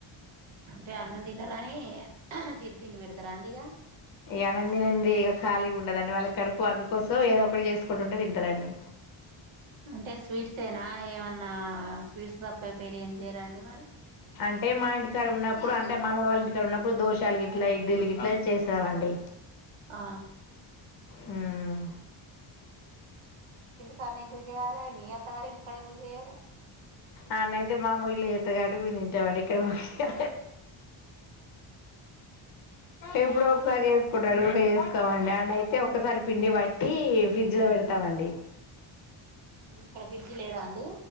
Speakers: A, on the right (about 75°); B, on the left (about 45°).
A: అంటే అన్నం తినరని చిరు తిండి పెడతారా అండి ఇక
B: ఇ ఆనంది నంది ఇక ఖాళీగా ఉండదండి వాళ్ళ కడుపు అందుకోసం ఏదో ఒకటి చేసుకుంటుంటే తింటారండి
A: అంటే స్వీట్స్ ఏనా ఏమన్నా స్వీట్స్ తప్ప బిర్యానీ ఏం చేయరా అండి మరి
B: అంటే మా ఇంటికాడ ఉన్నప్పుడు ఇప్పుడు అంటే మామ వాళ్ళ ఇంటిక్కడ ఉన్నప్పుడు దోషాలు ఇట్లా ఇడ్లీలు గ ఇట్లా చేస్తము అండి
A: ఆ
B: మ్మ్మ్మ్
A: కానీ ఇది కాదని అత్త గారింటికి ఎందుకు చేయరు
B: అన అయితే మామూగిలు చేస్త డు మీ తింటావాడి ఇక్కడ మంచిగా ఎప్పుడు ఒకసారి చేసుకుంటాడు ఇంకా చేసు కవండి అయితే ఒకసారి పిండి పట్టి ఫ్రిడ్జ్ లో పెడతామండి
A: ఇక్కడ ఫ్రిడ్జ్ లేదా అండి